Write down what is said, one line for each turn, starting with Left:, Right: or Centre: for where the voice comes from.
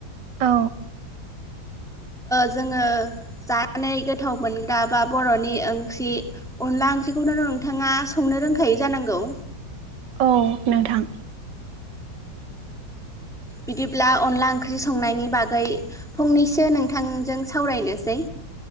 Right: औ
Centre: जोङो जानाय गोथाव मोनग्रा बा बर'नि ओंख्रि अनला ओंख्रिखौथ नोंथाङा संनो रोंखायै जानांगौ
Right: औ नोंथां
Centre: बिदिब्ला अनला ओंख्रि संनायनि बागै फंनैसो नोंथांजों सावरायनोसै